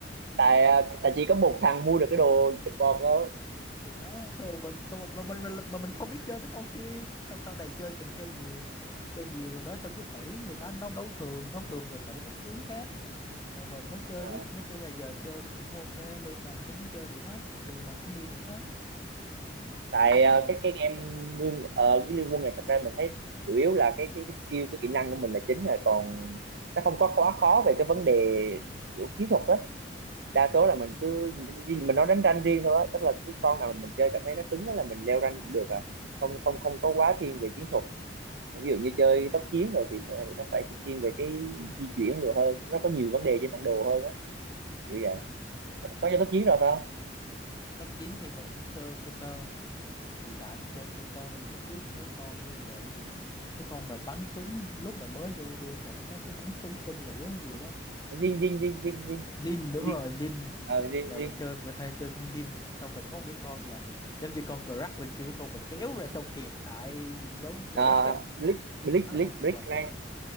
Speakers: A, on the left; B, on the right.
A: đó
B: tại à, tại chỉ có một thằng mua được cái đồ support đó
A: thì đó thôi mình thôi mà mình, mình mà mình không biết chơi mấy con kia xong sau này chơi càng chơi nhiều chơi nhiều rồi đó xong cứ thử rồi đánh đấu đấu thường đấu thường rồi thử các tướng khác rồi mà mới chơi
B: Ờ,
A: biết nói chung là giờ chơi thì mình cũng ok lên nào mình cũng chơi được hết đường nào mình cũng đi được hết
B: tại à,
A: còn
B: cái cái game liên ờ, cái liên quân này thật ra mình thấy chủ yếu là cái cái, cái skill cái kỹ năng của mình là chính rồi còn nó không có quá khó về cái vấn đề kiểu chiến thuật á đa số là mình
A: ừ,
B: cứ mình nói đánh rank riêng thôi á tức là cứ con nào mà mình chơi cảm thấy nó cứng á là mình leo rank cũng được à không không không có quá thiên về chiến thuật Còn ví dụ như chơi tốc chiến rồi thì phải- nó phải thiên về cái di chuyển rồi hơn nó có nhiều vấn đề trên bản đồ hơn á kiểu vậy
A: ừ, mình
B: có chơi tốc chiến rồi phải không
A: top 9 thì mình cũng chơi sơ sơ hiện tại mình chơi sơ sơ mình cũng biết mấy con như là cái gì cái con mà bắn súng lúc mà mới vô game là nó có cái bắn súng tên lửa hay gì đó
B: dinh dinh dinh dinh dinh
A: Lin đúng
B: dinh
A: rồi Lin
B: ờ dinh
A: giờ
B: dinh
A: mình chơi mình hay chơi con Lin xong rồi có một cái con mà giống như con Crack bên kia con mà kéo ra xong kẹp lại giống Crack
B: à,
A: á
B: blick blick
A: nó là
B: blick
A: con sờ
B: blick rank